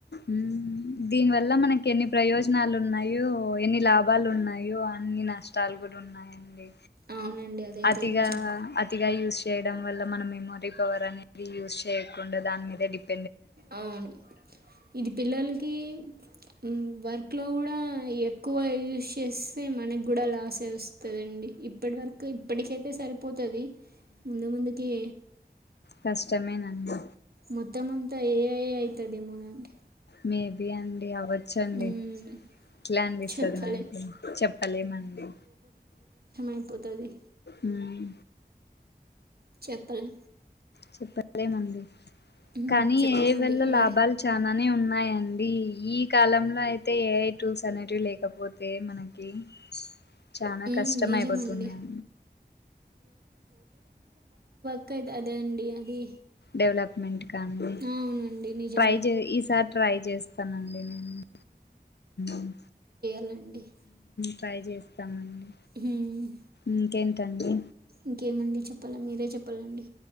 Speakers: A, on the left; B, on the right.
A: మ్ దీనివ ల్ల మనకెన్ని ప్రయోజనాలన్నాయో ఎన్ని లాభాలు ఉన్నాయో అన్ని నష్టాలు కూడ ఉన్నాయండి
B: అవునండి అదైతే
A: అతిగా
B: నిజం
A: అతిగా యూస్ చేయడం వల్ల మన మెమోరీ పవర్ అనేది యూస్ చేయ కొండ దాని మీద డిప్
B: అవును ఇది పిల్లలకీ ఉమ్ వారి ట్లో గూడా ఎక్కువ యూస్ చేస్తే మనగ్గూడా లాస్ తే వస్తదండి ఇప్పడి వరకు ఇప్పడికే తే సరిపోతది ముందు ముందుకి
A: కష్టమే నండి
B: మొత్తం అంతా ఏ ఐ ఐయితదేమో నండి
A: మేబి అండి అవ చ్చండి
B: మ్మ్.
A: ట్లా అనిపిస్తది
B: చెప్పలేం
A: నాకు చెప్పలేమండి
B: అయిపోతది
A: ఉమ్
B: చెప్పలేం
A: చెప్పలేం అండి
B: మ్మ్.
A: కానీ
B: చెప్పాలండి
A: ఏఐ వల్ల
B: మీరు
A: లాభాల్ చానానే ఉన్నాయండి ఈ
B: దీనిలో
A: కాలంలో అయితే ఏఐ టూల్స్ అనేటివి లేకపోతే మనకి చానా
B: మ్మ్.
A: కష్టం
B: నిజమండి
A: అయిపోతుందం
B: క్కైతాది ఆండి అది
A: డెవలప్మెంట్ కాదు
B: అవునండి నిజమే
A: ట్రై చే ఈసారి ట్రై చేస్తానండి నేను ఊమ్
B: ఎండి ఏసేస్
A: ట్రై చేస్తామండి
B: హ్మ్మ్
A: ఇంకేంటండి
B: ఇంకేమండి చెప్పాలా మీరే చెప్పాలండి